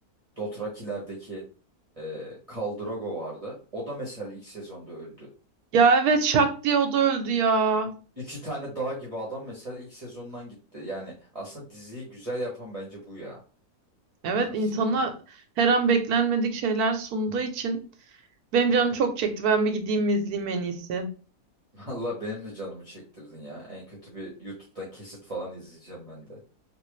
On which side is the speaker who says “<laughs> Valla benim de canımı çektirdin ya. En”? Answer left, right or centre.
Right